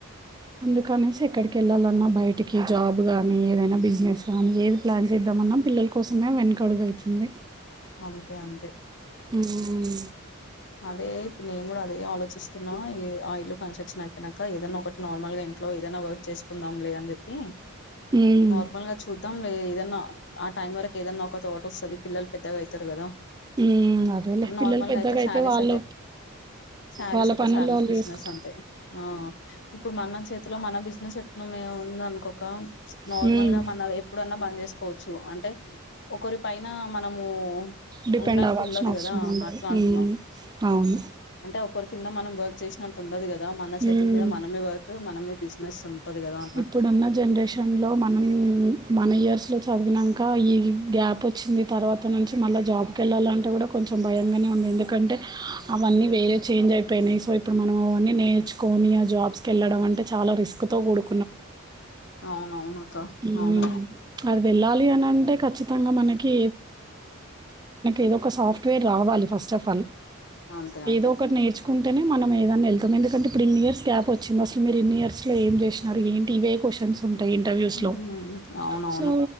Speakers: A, on the right; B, on the left.
A: అందుకనేసి ఎక్కడి కెళ్లాలన్నా బయటికి జాబ్ గాని ఏదైనా బిజినెస్ కానీ ఏది ప్లాన్ చేద్దామన్నా పిల్లల కోసమే వె నకడుగు అయితుంది
B: అంతే అంతే
A: మ్మ్
B: అదే ఇప్పుడు నేను కూడా అదే ఆలో చిస్తున్నా ఆ ఇల్లు కన్స్ట్రక్షన్ అయిపోయినక ఏదన్నా ఒకటి నార్మల్ గా ఇంట్లో ఏదన్నా వర్క్ చేసుకుందాం లే అని చెప్ ఎ
A: ఉమ్,
B: నార్మల్ గా చూద్దాం లే ఏదన్నా ఆ టైం వరకు ఏదన్నా ఒక థా ట్ వస్తది పిల్లలు పెద్దగా అయితారు కదా
A: ఉమ్ అదేలే
B: అని.
A: పిల్లలు
B: నార్మల్
A: పెద్దగా
B: గా
A: అయితే
B: శారీస్
A: వాళ్ళు
B: శారీస్
A: వాళ్ళ
B: అయితే
A: పనుల్లో
B: శారీస్ బిజినెస్
A: చేసుకుంటారు
B: అంతే ఆ ఇప్పుడు మన చేతిలో మన బిజినెస్ చట్కున మేం ఉండిన అనుకోక
A: ఓకే
B: నార్మల్ గా మన ఎప్పుడన్నా బంద్ చేసుకోవచ్చు అంటే ఒకరి పైన మనము
A: డిపెండ్
B: ఉన్నట్టు
A: అవ్వాల్సిన
B: ఉండదు
A: అవసరం
B: కదా
A: ఉండదు
B: అట్లా
A: ఉమ్,
B: టున్న
A: అవును
B: అంటే ఒకరి కింద మనం వర్క్ చేసినట్టు ఉండదు కదా ద మన చేతుల
A: ఉమ్,
B: మీద మనమే వర్క్ మనమే బిజినెస్ ఉంటది కదా అన్నట్టు
A: ఇప్పుడున్న జనరేషన్లో మనం మన ఇయర్స్లో చదివిన క ఈ గ్యాప్ వచ్చింది తర్వాత నుంచి మళ్ళా జాబ్కి వెళ్ళాలంటే కూడా కొంచెం భయంగానే ఉంది ఎందుకంటే అవన్నీ వేరే చెంజ్ అయిపోయినయ్ సో ఇప్పుడు మనం అవన్నీ నేర్చుకొని ఆ జాబ్స్ కెళ్ళడం అంటే చా లా రిస్క్ తో కూడు
B: అవునవును అక్క
A: మ్
B: అవును
A: అది వెళ్ళాలి అనంటే ఖచ్చి తంగా మనకి ఏదో సాఫ్ట్వేర్ రావాలి ఫస్ట్ ఆఫ్ ఆల్
B: అంతే అంతే
A: ఏదో ఒకటి నేర్చుకుంటేనే మనం మే ఏదాన్ని ఎళ్తాం ఎందుకంటే ఇప్పుడు ఇన్ని ఇయర్స్ గ్యాప్ వచ్చింది అసలు మీరు ఇన్ని ఇయర్స్ లో ఏం చేసినారు ఏంటి ఇవే క్వశ్చన్స్ ఉంటాయి ఇంటర్వ్యూ
B: ఉమ్,
A: ట్లో
B: అవునవును
A: సో